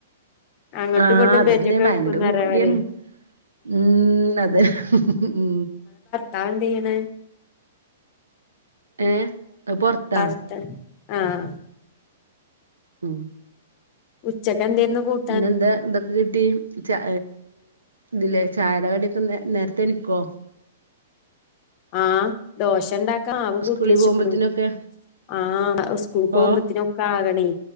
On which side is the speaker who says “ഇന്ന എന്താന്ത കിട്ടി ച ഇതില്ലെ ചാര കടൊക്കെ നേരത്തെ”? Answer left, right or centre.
Right